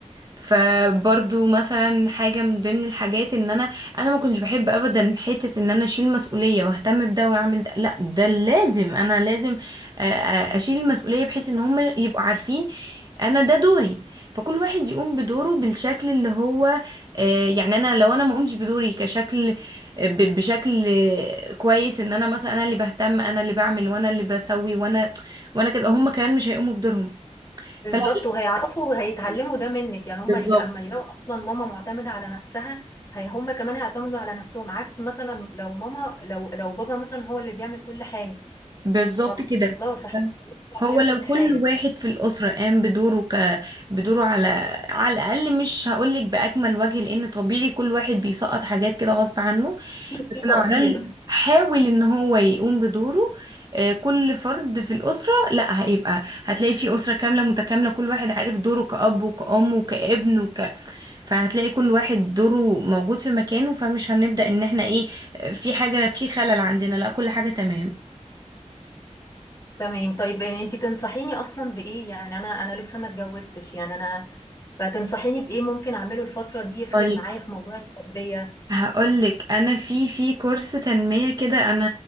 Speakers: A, on the right (about 35°); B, on the left (about 25°).
A: فبرضو مثلا حاجة من ضمن الحاجات ان انا انا ما كنتش بحب ابدا حتة ان انا اشيل مسؤولية واهتم بده واعمل ده لا ده لازم انا لازم آه، آه، اشيل المسؤولية بحيث ان هم يبقوا عارفين انا ده دوري فكل واحد يقوم بدوره بالشكل اللي هو آه، يعني انا لو انا ما قمتش بدوري كشكل ب- بشكل كويس ان انا مثلا انا اللي بهتم انا اللي بعمل وانا اللي بسوي وانا وانا كذا هم كمان مش هيقوموا بدورهم
B: بالظبط
A: فلا
B: وهيعرفوا وهيتعلموا ده منك يعني هم
A: بالظبط
B: لما يلاقوا اصلا ماما معتمده على نفسها هي هم كمان هيعتمدوا على نفسهم عكس مثلا لو ماما لو لو بابا مثلا هو اللي بيعمل كل حاجه
A: بالظبط
B: خلاص
A: كده
B: احنا بيعمل
A: هو
B: لنا
A: لو
B: كل حاجه
A: كل واحد في الأسرة قام بدوره ك... بدوره على على الأقل مش هقولك بأكمل وجه لأن طبيعي كل واحد بيسقط حاجات كده غصب عنه
B: في
A: بس
B: في
A: لو
B: تقصير
A: على الأقل حاول إن هو يقوم بدوره آه، كل فرد في الأسرة لا هيبقى هتلاقي في أسرة كاملة متكاملة كل واحد عارف دوره كأب وكأم وكابن وك فهتلاقي كل واحد دوره موجود في مكانه فمش هنبدأ إن احنا إيه آه، في حاجة في خلل عندنا لا كل حاجة تمام
B: تمام طيب آه، انت تنصحيني اصلا بايه يعني انا انا لسه ما اتجوزتش يعني انا فتنصحيني بايه ممكن اعمله الفتره دي يفرق
A: طيب
B: معايا في موضوع التربيه
A: هقولك انا في في كورس تنمية كده انا